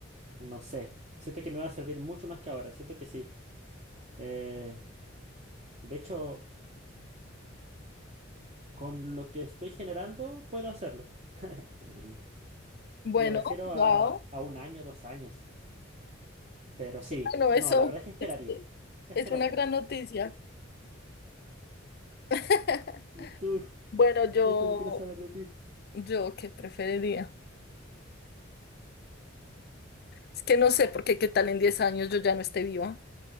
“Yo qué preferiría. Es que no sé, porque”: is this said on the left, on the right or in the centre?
Left